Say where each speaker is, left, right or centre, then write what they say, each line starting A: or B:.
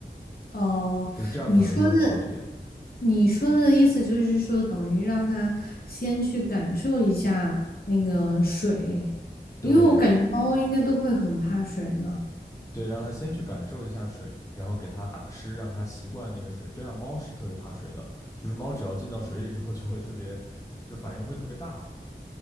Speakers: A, on the left; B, on the left.
A: 哦，
B: 就是这样可能就会好一点，
A: 你说的，你说的意思就是说，等于让它先去感受一下那个水，
B: 对。
A: 因为我感觉猫应该都会很怕水嘛。
B: 对，让它先去感受一下水，然后给它打湿，让它习惯那个水。对啊，猫是特别怕水的，就是猫只要进到水里之后就会特别，就反应会特别大。